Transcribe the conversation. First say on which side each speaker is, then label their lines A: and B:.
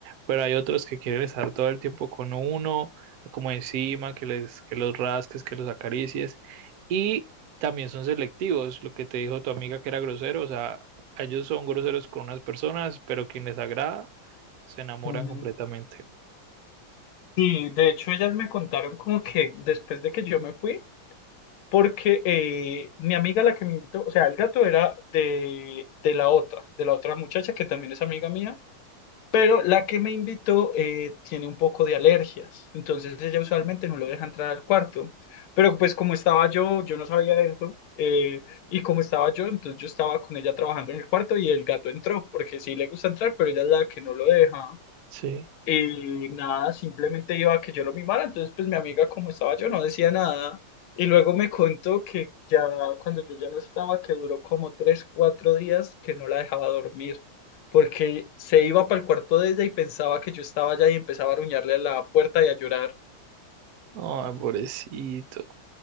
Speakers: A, on the right; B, on the left.
A: Pero hay otros que quieren estar todo el tiempo con uno, como encima, que les, que los rasques, que los acaricies. Y también son selectivos, lo que te dijo tu amiga que era grosero. O sea, ellos son groseros con unas personas, pero quien les agrada se enamoran
B: Ujú.
A: completamente.
B: Y de hecho ellas me contaron como que después de que yo me fui, porque eh, mi amiga la que me invitó, o sea, el gato era de, de la otra, de la otra muchacha que también es amiga mía, Pero la que me invitó eh, tiene un poco de alergias, entonces ella usualmente no lo deja entrar al cuarto. Pero pues como estaba yo, yo no sabía eso, eh, y como estaba yo, entonces yo estaba con ella trabajando en el cuarto y el gato entró, porque sí le gusta entrar, pero ella es la que no lo deja.
A: Sí.
B: Y nada, simplemente iba a que yo lo mimara. Entonces, pues mi amiga, como estaba yo, no decía nada. Y luego me contó que ya cuando yo ya no estaba, que duró como tres, cuatro días que no la dejaba dormir. Porque se iba para el cuarto de ella y pensaba que yo estaba allá y empezaba a ruñarle a la puerta y a llorar.
A: Ay, pobrecito.